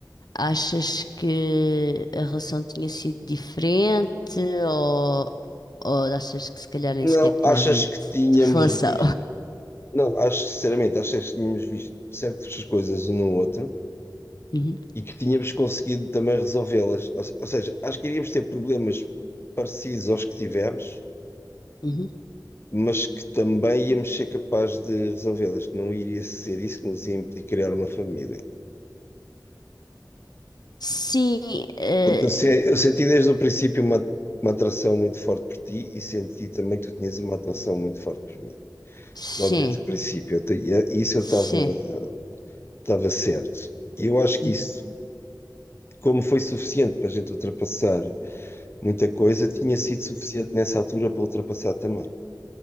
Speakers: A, on the left; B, on the left.
A: Achas que a relação tinha sido diferente ou, ou achas que se calhar nem
B: Não,
A: sequer tinha
B: achas
A: havido
B: que tínhamos
A: relação?
B: visto Não, acho que, sinceramente, acho que tínhamos visto certas coisas um no outro
A: Uhum,
B: e que tínhamos conseguido também resolvê-las. Ou, se- ou seja, acho que iríamos ter problemas parecidos aos que tivemos,
A: uhum.
B: mas que também íamos ser capazes de resolvê-las, que não iria ser isso que nos ia implicar criar uma família.
A: Sim, eh,
B: Porque eu, se- eu senti desde o princípio uma, uma atração muito forte por ti e senti também que tu tinhas uma atração muito forte por mim.
A: sim,
B: Logo desde o princípio, eu te- e isso
A: sim.
B: eu estava estava certo. E eu acho que
A: Uhum.
B: isso como foi suficiente para a gente ultrapassar muita coisa, tinha sido suficiente nessa altura para ultrapassar também.